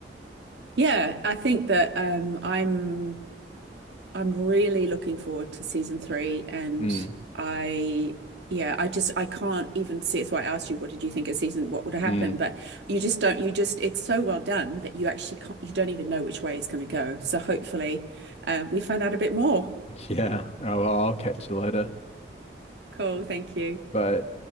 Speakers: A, on the right; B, on the left.
A: Yeah, I think that um, I'm I'm really looking forward to season three, and
B: mm,
A: I yeah, I just I can't even see. It's why I asked you, what did you think of season? What would have happened?
B: mm.
A: But you just don't. You just it's so well done that you actually can't, you don't even know which way it's going to go. So hopefully, uh, we find out a bit more.
B: Yeah. Oh, well, I'll catch you later.
A: Cool. Thank you.
B: But